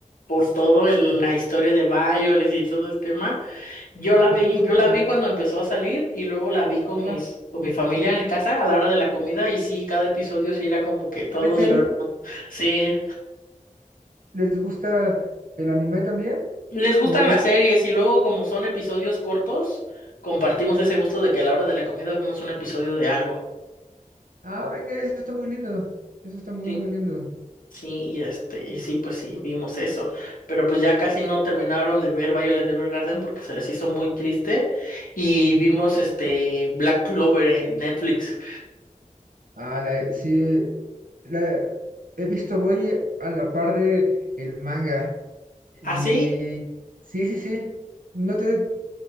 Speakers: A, on the left (about 85°); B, on the right (about 85°).
A: por todo el-
B: sí.
A: la historia de Bioles y todo el tema. Yo la vi,
B: Está muy
A: yo
B: linda.
A: la vi cuando empezó a salir y luego la vi con mis,
B: Ah,
A: con mi familia en casa a la hora de la comida y sí, cada episodio sí era como que todos
B: ¿En serio?
A: lloran. Sí,
B: ¿Les gusta el anime también?
A: les gustan
B: ¿O es-
A: las series y luego como son episodios cortos, compartimos ese gusto de que a la hora de la comida vemos un episodio de algo.
B: Ah, venga, eso está muy lindo. Eso está muy,
A: Sí.
B: muy lindo.
A: Sí, y este, y sí, pues sí, vimos eso. Pero pues ya casi no terminaron de ver Violet Evergarden porque se les hizo muy triste. Y vimos
B: <laughs>
A: este Black Clover en Netflix.
B: Ah, la, sí, la, he visto voy a la par de el manga. Y
A: Ah, sí,
B: sí, sí, sí. No te